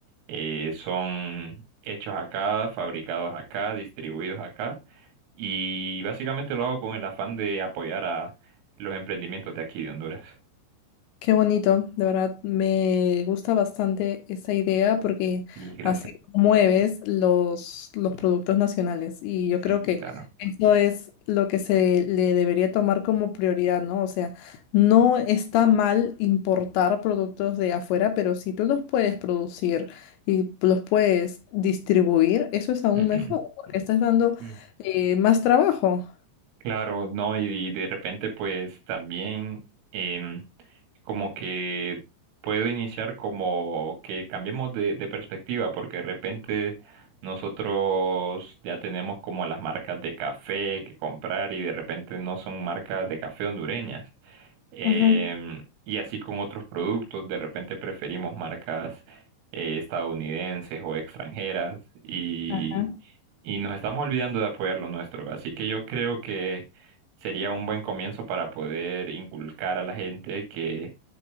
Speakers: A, on the right; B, on the left.
A: eh, son hechos acá, fabricados acá, distribuidos acá. Y básicamente lo hago con el afán de apoyar a los emprendimientos de aquí de Honduras.
B: Qué bonito, de verdad me gusta bastante esa idea porque
A: Y gracias.
B: así promueves los, los productos nacionales y yo creo
A: Sí,
B: que
A: claro.
B: eso es lo que se le debería tomar como prioridad, ¿no? O sea, no está mal importar productos de afuera, pero si tú los puedes producir y los puedes distribuir, eso es aún
A: Ujú.
B: mejor porque estás dando
A: Sí.
B: eh, más trabajo.
A: Claro, no, y, y de repente pues también em, como que puedo iniciar como que cambiemos de, de perspectiva, porque de repente nosotros ya tenemos como las marcas de café que comprar y de repente no son marcas de café hondureñas. Em,
B: Ajá.
A: y así con otros productos, de repente preferimos marcas eh, estadounidenses o extranjeras y,
B: ajá.
A: y nos estamos olvidando de apoyar lo nuestro. Así que yo creo que sería un buen comienzo para poder inculcar a la gente que